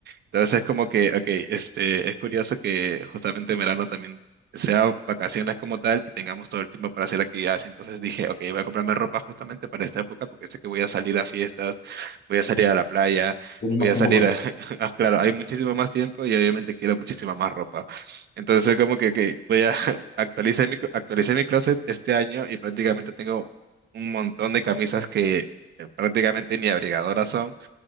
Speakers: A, on the right (about 55°); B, on the left (about 50°).
A: Entonces es como que, ok, este, es curioso que justamente en verano también sea vacaciones como tal y tengamos todo el tiempo para hacer actividades. Entonces dije, ok, voy a comprarme ropa justamente para esta época porque sé que voy a salir a fiestas, voy a salir a la playa,
B: tienes
A: voy
B: más
A: a
B: tiempo
A: salir
B: para
A: a...
B: ti.
A: <laughs> Ah, Claro, hay muchísimo más tiempo y obviamente quiero muchísima más ropa. Entonces es como que, que voy a <laughs> actualizar mi, actualicé mi closet este año y prácticamente tengo un montón de camisas que... eh, prácticamente ni abrigadoras son,